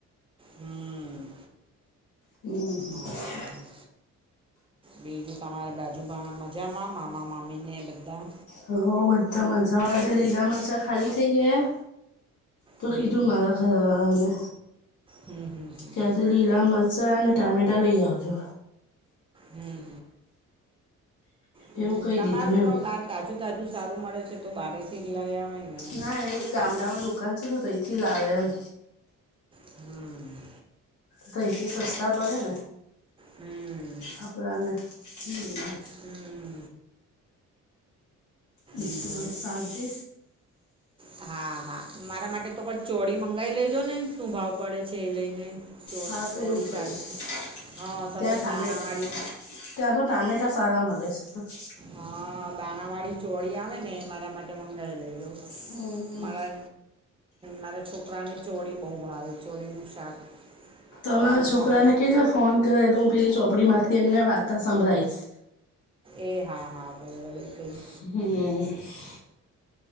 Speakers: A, on the right; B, on the left.
A: હમ.
B: હમ.
A: હા હા હા બીજું તમારી બાજુમાં મજામાં મામા- મામીને બધા?
B: હ, બધા મજા. આજે લીલા મરચા ખાલી થઇ ગયા. તો
A: હમ
B: કીધું મારા ઘરવાળાને.
A: હમ, હમ.
B: ત્યાંથી લીલા મરચાઅને ટામેટા લઈ આવજો.
A: હમ. હમ,
B: એવું કહી
A: તમારે
B: દીધું
A: તો
B: એમ
A: પણ બાર તાજુ તાજુ સારું મળે છે, તો બાર થી લઈ આવે. ને
B: ના એ ગામડામાં દુકાન છે, ને તો એથી લઈ આવેે એમ.
A: હમ.
B: તો અહીથી રસ્તા પરે ને,
A: હમ
B: આપડાને હ.
A: હમ.
B: બીજું
A: એ ત
B: બધું શાંતિ
A: <unintelligible> હા હા, મારા માટે તો પણ ચોરી મંગાવી લેજો ને. શું ભાવ પડે છે એ લઈને.
B: હા તો
A: ચોરી
B: એવું કરીશું
A: સારી. હા, સરસ
B: ત્યાં ટામે
A: દાણાવાળી.
B: ત્યાં તો ટામેટા સારા મળે છે.
A: હા, દાણા વાળી ચોરી આવે ને, મારા માટે મંગાવી લેજો.
B: હમ્મ.
A: મારા મારા છોકરાની ચોળી બહુ ભાવે, ચોળીનું શાક.
B: તમારા
A: એવું
B: છોકરાને
A: મ
B: કે જો ફોન કરે તો હું પેલી ચોપડી માંથી એમને વાર્તા સંભળીશ.
A: એ હા હા, બરાબર એ કંઈ
B: હમ.